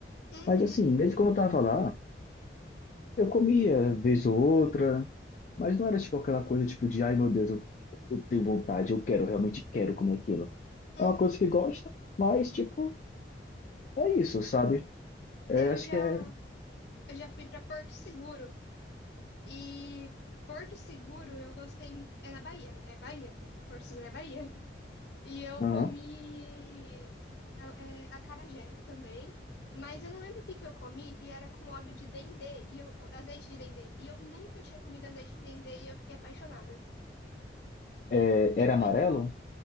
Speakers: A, on the left; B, on the left.
A: uhum,
B: Mas assim, mesmo quando eu tava lá, Eu comia vez ou outra, mas não era tipo aquela coisa tipo de, ai meu Deus, eu, eu tenho vontade, eu quero, realmente quero comer aquilo.
A: uhum.
B: É uma coisa que gosta, mas tipo, é isso, sabe? É,
A: Eu
B: acho
A: já,
B: que é,
A: eu já fui pra Porto Seguro e Porto Seguro eu gostei, é na Bahia, né? é Bahia, pô. Porto Seguro é Bahia. E eu
B: aham.
A: comi é, é, acarajé também, mas eu não lembro o que que eu comi, que era com óleo de dendê, e eu, azeite de dendê. E eu nunca tinha comido azeite de dendê e eu fiquei apaixonada.
B: É,
A: É
B: Era
A: muito
B: amarelo?
A: bom.